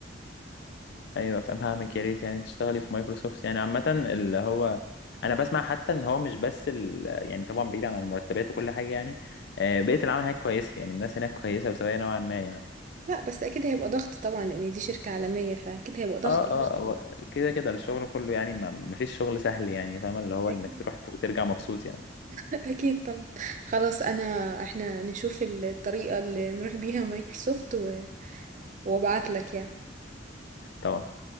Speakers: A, on the left (about 60°); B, on the right (about 40°).
A: ايوه فاهمك يا ريت يعني تشتغلي في مايكروسوفت يعني عامه اللي هو انا بسمع حتى ان هو مش بس ال... يعني طبعا بعيد عن المرتبات وكل حاجه يعني آه، بيئه العمل هناك كويسه يعني الناس هناك كويسه وسويه نوعا ما يعني
B: لا بس اكيد هيبقى ضغط طبعا لان دي شركة عالمية فاكيد هيبقى ضغط
A: اه
B: ضغط
A: اه هو كده كده الشغل كله يعني ما ما فيش شغل سهل يعني فاهمه اللي هو
B: اكيد
A: انك تروح وترجع مبسوط يعني
B: <laughs> اكيد طبعا خلاص انا احنا نشوف الطريقة اللي نروح بيها مايكروسوفت و... وابعت لك يعني
A: طبعا